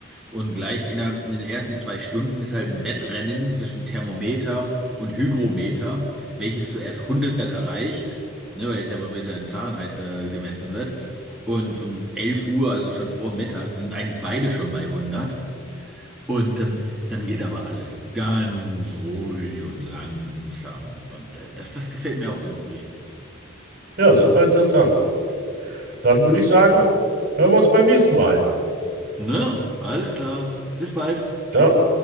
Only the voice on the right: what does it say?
Ja, super interessant. Dann würde
ich sagen, hören wir uns beim nächsten Mal.
Ciao.